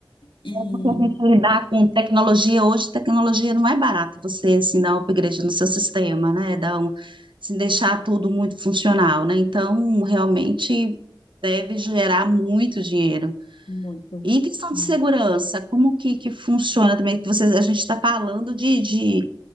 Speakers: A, on the left; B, on the right.
A: E
B: Porque a gente lidar com tecnologia hoje, tecnologia não é barato você assim, dar um upgrade no seu sistema, né? Dar um, assim, deixar tudo muito funcional, né? Então, realmente deve gerar muito dinheiro.
A: muito.
B: E questão
A: muito.
B: de segurança, como que, que funciona também? Que vocês, a gente está falando de, de,